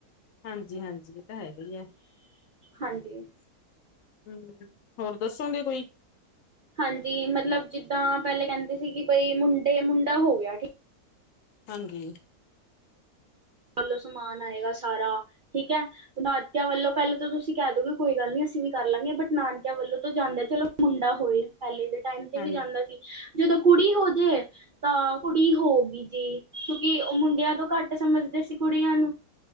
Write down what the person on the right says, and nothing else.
ਹਾਂਜੀ
ਹਾਂਜੀ ਮਤਲਬ ਜਿੱਦਾਂ ਪਹਿਲੇ ਕਹਿੰਦੇ ਸੀ ਬਈ ਮੁੰਡੇ ਮੁੰਡਾ ਹੋ ਗਿਆ ਠੀਕ।
ਵੱਲੋਂ ਸਮਾਨ ਆਏਗਾ ਸਾਰਾ ਠੀਕ ਹੈ ਨਾਨਕਿਆਂ ਵੱਲੋਂ ਪਹਿਲਾਂ ਤਾਂ ਤੁਸੀਂ ਕਹਿ ਦੋਗੇ ਕੋਈ ਗੱਲ ਨਹੀ ਅਸੀਂ ਵੀ ਕਰ ਲਾਂਗੇ ਬਟ ਨਾਨਕਿਆਂ ਵੱਲੋਂ ਤਾਂ ਜਾਂਦਾ ਚਲੋ ਮੁੰਡਾ ਹੋਏ ਪੈਲੀ ਦੇ ਟਾਈਮ ਤੇ
ਵੀ ਜਾਂਦਾ ਸੀ ਜਦੋਂ ਕੁੜੀ ਹੋ ਜਾਏ ਤਾਂ ਕੁੜੀ ਹੋਗੀ ਜੀ ਕਿਉਂਕਿ ਓ ਮੁੰਡਿਆਂ ਤੋਂ ਘੱਟ ਸਮਝਦੇ ਸੀ ਕੁੜੀਆਂ ਨੂੰ।